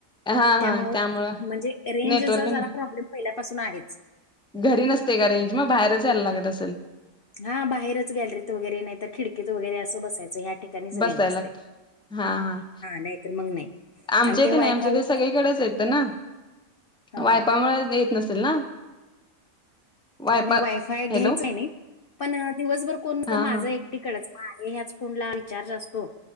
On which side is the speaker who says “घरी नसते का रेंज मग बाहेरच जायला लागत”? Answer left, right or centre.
Centre